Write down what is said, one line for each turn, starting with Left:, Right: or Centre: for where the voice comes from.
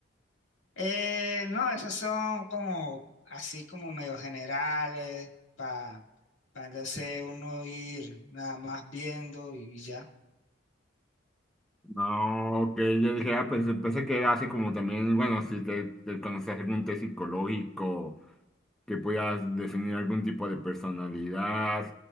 Left: Eh, no, esos son como así como medio generales para entonces uno ir nada más viendo y, y ya.
Centre: No, que yo dije, ah, pensé, pensé que era así como también, bueno, si te, te conoces algún test psicológico, que puedas definir algún tipo de personalidad,